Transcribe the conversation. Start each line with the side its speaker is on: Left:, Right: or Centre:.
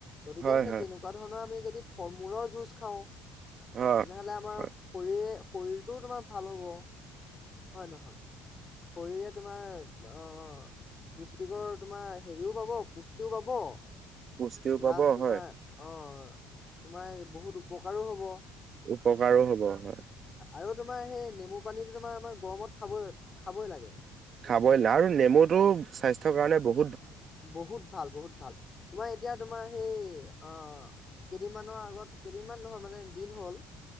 Left: গতিকে
Right: হয়
Left: সেই
Right: হয়
Left: তেনেকুৱা ধৰণৰ আমি ফল মূলৰ জোছ খাওঁ
Right: অ
Left: তেনেহলে আমাৰ
Right: হয়
Left: শৰীৰে শৰীৰটোও তোমাৰ ভাল হ'ব হয় নহয় শৰীৰে তোমাৰ অ, পুষ্টিকৰ তোমাৰ হেৰিও পাব পুষ্টিও পাব প্লাছ
Right: পুষ্টিও পাব
Left: তোমাৰ
Right: হয়
Left: অ, তোমাৰ বহুত উপকাৰো হ'ব।
Right: উপকাৰো হ'ব হয়,
Left: আৰু তোমাৰ সেই নেমু পানীটোতো তোমাৰ আমাৰ গৰমত খাব-খাবই লাগে।
Right: খাবই লা আৰু নেমুটো স্বাস্থ্যৰ কাৰণে ব
Left: বহুত ভাল বহুত ভাল, তোমাৰ এতিয়া তোমাৰ সেই, অ, কেইদিনমানৰ আগত কেইদিনমান নহয়। মানে দিন হ'ল,